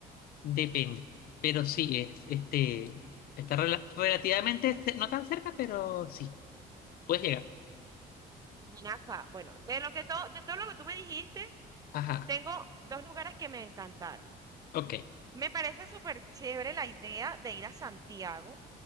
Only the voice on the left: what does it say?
depende. Pero sí, es, este, está rela- relativamente, ce- no tan cerca, pero sí, puedes llegar.
Ajá,
ok,